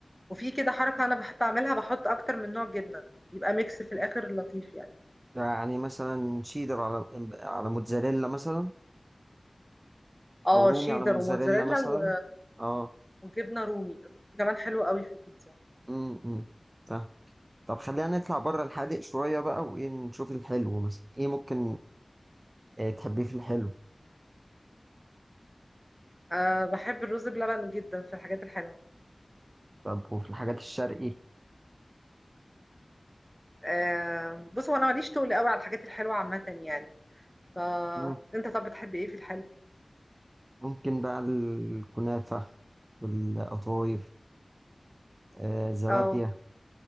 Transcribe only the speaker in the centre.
وفي كده حركة أنا بحب أعملها بحط أكتر من نوع جبنة يبقى ميكس في الآخر لطيف يعني
اه
شيدر
وموتزاريلا
و-
وجبنة رومي الرومي كمان حلو قوي في البيتزا
أه بحب الرز بلبن جدا في الحاجات الحلوة
آه بص هو انا ماليش طول قوي على الحاجات الحلوه عامه يعني فانت
طب بتحب ايه في الحلو
اه